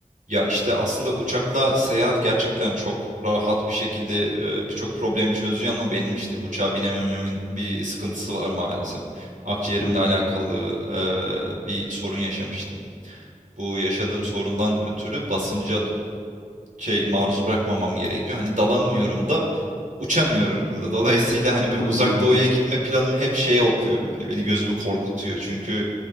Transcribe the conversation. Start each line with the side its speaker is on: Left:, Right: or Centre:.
Right: Ya, işte, aslında uçakla seyahat gerçekten çok rahat bir şekilde, eee, birçok problemi çözüyor ama benim, işte, uçağa binemememin bir sıkıntısı var maalesef. Akciğerimle
Left: Hı hı.
Right: alakalı, eee, bir sorun yaşamıştım. Bu yaşadığım sorundan ötürü basınca şey, maruz bırakmamam gerekiyor. Hani, dalamıyorum da, uçamıyorum da. Dolayısıyla, hani, böyle
Left: Hı
Right: Uzak
Left: hı.
Right: Doğu'ya gitme planım hep şeye hopluyor, böyle, beni gözümü korkutuyor. Çünkü,